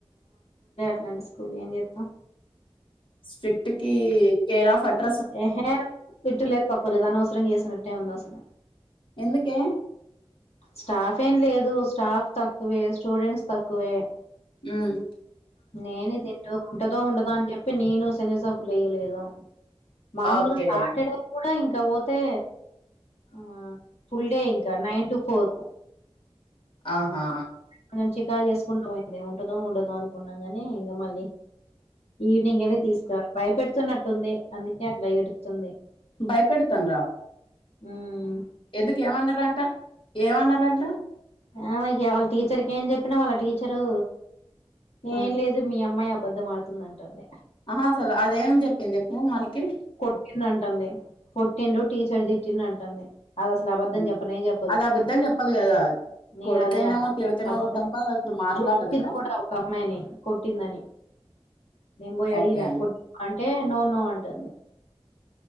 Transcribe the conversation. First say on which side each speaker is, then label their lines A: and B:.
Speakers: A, on the left; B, on the left.
A: అలాంటి స్కూల్ ఏం జేస్తాం
B: స్టిక్ట్కి కేర్ ఆఫ్ అడ్ర
A: ఎహే పిత్తు లేదు తొక్క లేదు అనొసరంగా ఏసినట్టే ఉంది వాసనా
B: ఎందుకే
A: స్టాఫ్ ఏం లేదు స్టాఫ్ తక్కువే స్టూడెంట్స్ తక్కువే
B: హ్మ్
A: నేను తింటూ ఉంటదో ఉండదా అని చెప్పి నేను సజసఫలు వయ్యలేదు మామూలుగా
B: ఓకే
A: సాటర్డే కూడా ఇంకా ఇక పోతే ఆ ఫుల్ డే ఇంకా నైన్ టు ఫోర్
B: ఆహా
A: మనం చికా చేసుకుంటా పోయింది ఏమో ఉంటదో ఉండదా అనుకున్నాంగానీ ఇంగా మళ్ళీ ఈవినింగ్ అది తీసుకురవాలి భయపెడుతున్నట్టుంది అందుకే అట్లా ఏడుతుంది
B: భయపెడుతుండ్ర
A: ఉమ్
B: ఎందుకు ఏమన్నార అంట ఏమన్నారంట
A: ఆమెకి వాళ్ళ టీచర్కి ఏం చెప్పినా వాళ్ళ టీచరు
B: ఆ
A: ఏం లేదు మీ అమ్మాయి అప్ అబద్ధం ఆడుతుందంటుంది
B: ఆ అసలు అదేం చెప్పింది చెప్పు మనకి
A: కొట్టింది అంటుంది కొట్టిండు టీ షర్ట్ తిట్టిన అంటుంది అది అసలు అబద్ధం
B: హ్మ్.
A: చెప్పనే చెప్పదు
B: అది అబద్ధం చెప్పదు కదా
A: నేను
B: కొడితేనేమో
A: అదే అన్న అస
B: తిడితేనో
A: అబధం
B: తప్ప అది అసలు మాట్లాడదుగా
A: చూపించింది కూడా ఒక అమ్మాయిని కొట్టిందని నేను పోయి అడిగినాట్టి
B: ఓకే
A: అంటే నో నో అంటుంది